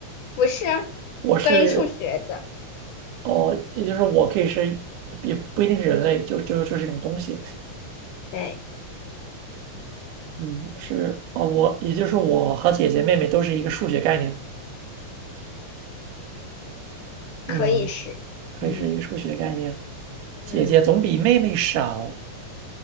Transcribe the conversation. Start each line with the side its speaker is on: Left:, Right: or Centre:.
Left: 不是啊，
Right: 我是
Left: 关于数学的，
Right: 哦，也就是我可以是，也不一定是人类，就就就是一种东西。
Left: 哎，
Right: 嗯，是哦，我也就是我和姐姐妹妹都是一个数学概念。嗯，
Left: 可以是，
Right: 可以是一个数学概念。
Left: 嗯，嗯，
Right: 姐姐总比妹妹少。